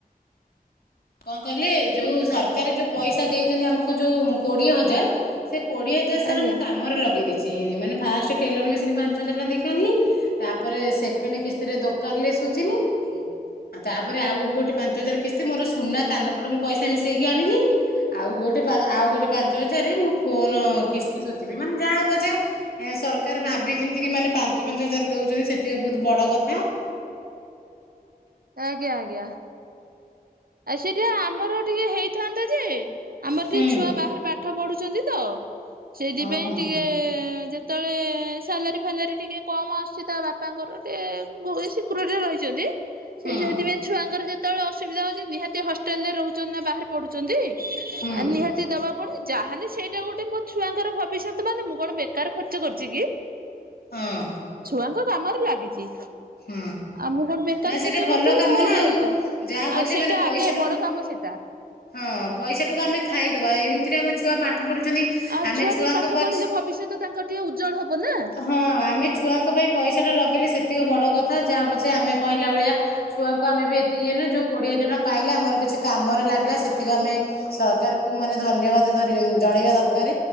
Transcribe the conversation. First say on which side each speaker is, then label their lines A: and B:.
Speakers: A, on the left (about 75°); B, on the right (about 70°).
A: କଣ କହିଲେ ଯୋଉ ସରକାର ଯୋଉ ପଇସା ଦେଇଛନ୍ତି ଆମକୁ ଯୋଉ କୋଡିଏ ହଜାର ସେ କୋଡିଏ ହଜ ସାର
B: ଆଜ୍ଞା।
A: ମୁଁ କାମରେ ଲଗେଇ ଦେଇଛି ମାନେ ଫାଷ୍ଟ ଟେଲର ମେସିନ ପାଞ୍ଚ ହଜାର ଟଙ୍କା ଦେଇକି ଆଣିଲି ତାପରେ ସେକେଣ୍ଡ କିସ୍ତିରେ ଦୋକାନରେ ସୁଜିନି। ତାପରେ ଆଉ ଗୋଟେ ପାଞ୍ଚ ହଜାର କିସ୍ତି ମୋର ସୁନା କାନଫୁଲ ମୁଁ ପଇସା ମିଶେଇକି ଆଣିଲି। ଆଉ ଗୋଟେ ଆଉ ଗୋଟେ ପାଞ୍ଚ ହଜାରରେ ମୁଁ ଫୋନ କିସ୍ତି ସୁଝିବି ମାନେ ଯାହା ହଉ ପଛେ ଏ ସରକାର ଭାବି ଚିନ୍ତି କି ମାନେ ପାଞ୍ଚ ପାଞ୍ଚ ହଜାର ଦଉଛନ୍ତି ସେତିକି ବହୁତ ବଡ କଥା।
B: ଆଜ୍ଞା ଆଜ୍ଞା। ଆଉ ସେଟା ଆମର ଟିକେ ହେଇଥାନ୍ତା ଯେ ଆମର
A: ହୁଁ
B: ଟିକେ ଛୁଆ ବାହାରେ ପା ପାଠ ପଢୁଛନ୍ତି ତ ସେଇଥିପାଇଁ
A: ଓ ହୁଁ
B: ଟିକେ ଯେ ତେବେଳେ ସାଲାରୀ ଫାଲାରୀ ଟିକେ କମ ଆସୁଛି ତା ବାପାଙ୍କର ଟିକେ ସେକ୍ୟୁରିଟୀ ରେ ରହିଛନ୍ତି। ସେ
A: ହୁଁ
B: ସେଥିପାଇ ଛୁଆଙ୍କର ଯେତେବେଳେ ଅସୁବିଧା ନିହାତି ହଷ୍ଟେଲରେ ରହୁଛନ୍ତି ନା ବାହାରେ ପଢୁଛନ୍ତି
A: ହୁଁ
B: ନି ବା ପଡେ ଯାହାନି ସେଇଟା ଗୋଟେ ମୋ ଛୁଆଙ୍କର ଭବିଷ୍ୟତ ମାନେ ମୁଁ କଣ ବେକାର ଖର୍ଚ୍ଚ କରିଛି କି?
A: ହଁ
B: ଛୁଆଙ୍କ କାମରେ ଲାଗିଛି।
A: ହୁ
B: ଆଉ ମୁଁ କଣ ବେକାର
A: ନାଇଁ ସେଇଟା
B: ଖର୍ଚ୍ଚ
A: ଭଲ
B: କରିଥିଲେ
A: କାମ ନା ଆଉ
B: ହେଇଥାନ୍ତା
A: ଯାହା ହବଛେ
B: ଆଉ ସେଇଟା
A: ମାନେ ପଇସାଟାକୁ
B: ଆଗେ ବଡ କାମ ସେଇଟା
A: ହଁ ପଇସାଟାକୁ ଆମେ ଖାଇଦବା ଏମିତିରେ ଆମ ଛୁଆ ପାଠ ପଢୁଛନ୍ତି
B: ଆଉ
A: ଆମେ
B: ଛୁଆ
A: ଛୁଆଙ୍କ
B: ଟିକେ ପାଠ
A: ପଛ
B: ପଢିଲେ ଭବିଷ୍ୟତ ତାଙ୍କର ଟିକେ ଉଜ୍ଜଳ ହବ ନା
A: ହଁ ଆମେ ଛୁଆଙ୍କ ପାଇଁ ପଇସା ଟା ଲଗେଇଲେ ସେତିକ ବଡ କଥା ଯାହା ହବଛ ଆମେ କହିଲା ଭଳିଆ ଛୁଆଙ୍କୁ ଆମେ ବି ଏତେ ଇଏନୁ ଯୋଉ କୋଡିଏ ହଜାର ଟଙ୍କା ପାଇଲେ ଆମର କିଛି କାମରେ ଲାଗିଲା ସେତିକି ଆମେ ସରକାର କୁ ମାନେ ଧନ୍ୟବାଦ ଧ ଜଣେଇବା ଦରକାର।